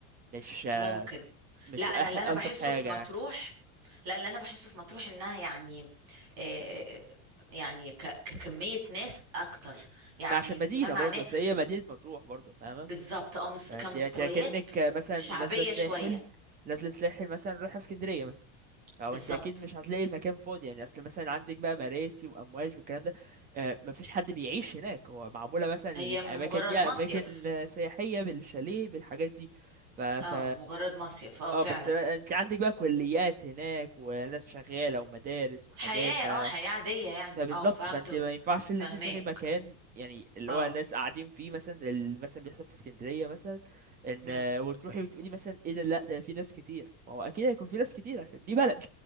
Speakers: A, on the right (about 20°); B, on the right (about 40°).
A: مش آه،
B: ممكن
A: مش
B: لا انا
A: أح...
B: اللي انا
A: ألطف
B: بحسه
A: حاجة
B: في مطروح
A: يعني
B: لا اللي انا بحسه في مطروح انها يعني آه يعني ك- ككميه ناس اكتر يعني
A: ما عشان مدينة
B: ما معناه
A: برضه بس هي مدينة مطروح برضه فاهمة
B: بالظبط اه مس-
A: فانت
B: كمستويات
A: انت اكنك مثلا
B: شعبيه
A: نازلة الساحل
B: شويه
A: نازلة الساحل مثلا رايحة اسكندرية مثلا او
B: بالظبط
A: انت اكيد مش هتلاقي المكان فاضي يعني اصل مثلا عندك بقى مراسي وامواج والكلام ده آه، مفيش حد بيعيش هناك هو معمولة مثلا الاماكن
B: هي مجرد
A: دي اماكن
B: مصيف
A: سياحية بالشاليه بالحاجات دي ف ف
B: اه مجرد مصيف اه فعلا
A: اه بس بقى انت عندك بقى كليات هناك وناس شغالة ومدارس وحاجات
B: حياة
A: ف
B: اه حياة عادية يعني
A: فبالظبط
B: اه فهمته
A: فانت ما ينفعش
B: فهماك
A: اللي انت تروحي مكان يعني اللي
B: اه
A: هو الناس قاعدين فيه مثلا زي اللي مثلا بيحصل في اسكندريه مثلا ان
B: هم.
A: آه، وتروحي وتقولي مثلا ايه ده لا ده في ناس كتير ما هو اكيد هيكون في ناس كتير عشان دي بلد